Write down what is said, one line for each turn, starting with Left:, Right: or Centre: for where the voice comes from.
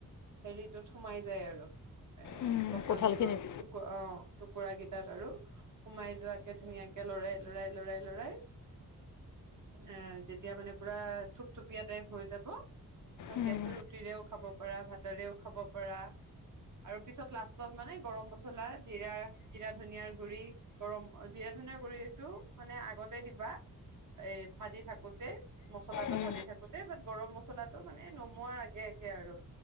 Right: হেৰিটোত সোমাই যায় আৰু। এ,
Left: উম,
Right: কঁঠালৰ
Left: কঁঠালখিনিত
Right: টুকুৰা অ'! টুকুৰা কেইটাত আৰু সোমাই যোৱাকে ধুনীয়াকে ল'ৰাই ল'ৰাই, ল'ৰাই ল'ৰাই এ, যেতিয়া মানে, পুৰা থুপথুপীয়া টাইপ হৈ যাব।
Left: উম,
Right: গেছত ৰুটিৰেও খাব পাৰা, ভাতৰেও খাব পাৰা আৰু পিছত লাষ্টত মানে গৰম মছলা জিৰা ধনিয়াৰ গুৰি গৰম জীৰা, ধুনীয়া গুৰিটো মানে আগতে দিবা। এই ভাজি থাকোঁতে, মছলাটো
Left: উম
Right: ভাজি থাকোঁতে বাট গৰম মছলাটো মানে, নমোঁৱাৰ আগে আগে আৰু।